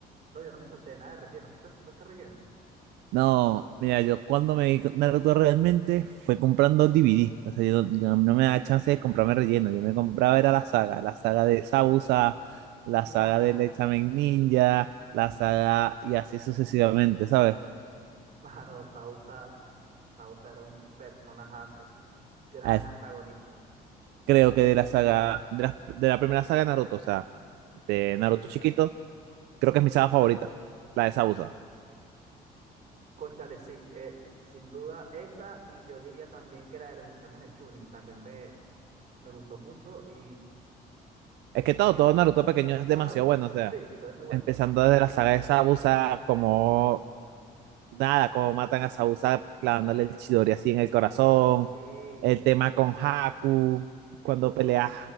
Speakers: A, on the right; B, on the right.
A: No, yo no me salté nada de relleno. ¿Tú te saltaste relleno?
B: No, mira, yo cuando me vi con Naruto realmente fue comprando DVD. O sea, yo, no yo no me da chance de comprarme relleno. Yo me compraba era la saga, la saga de Sausa, la saga
A: Nah.
B: del examen ninja, la saga y así sucesivamente, ¿sabes?
A: <laughs> Mano, Sausa. Sausa era un personajazo. Gran
B: Ah,
A: antagonista.
B: Creo que de la saga, de la, de la primera saga de Naruto, o sea, de Naruto chiquito, creo que es mi saga favorita, la de Sausa.
A: Cónchale, sí. eh, sin duda esa. Y yo diría también que la de los exámenes Chunin. También me, me gustó mucho. Y,
B: Es que
A: y,
B: todo,
A: y
B: todo Naruto pequeño es
A: todo
B: demasiado
A: Naruto.
B: bueno, o sea,
A: Sí, todo es muy bueno.
B: empezando desde la saga de Sausa, como nada, como matan a Sausa clavándole el Chidori así en el corazón,
A: Sí.
B: el
A: in-
B: tema con Haku, cuando
A: incluso.
B: pelea